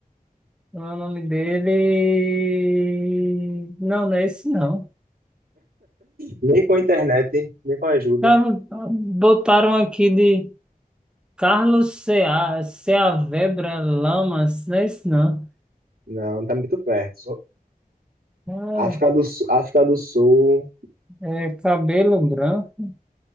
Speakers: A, in the centre; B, on the right.
A: O nome dele. Não, não é esse não.
B: Nem com internet, nem com ajuda.
A: Ah, Botaram aqui de Carlos Cea, Ceavebra Lamas, não é esse não.
B: Não, não tá muito perto. Só-
A: Ah,
B: África do Sul, África do Sul,
A: é cabelo branco.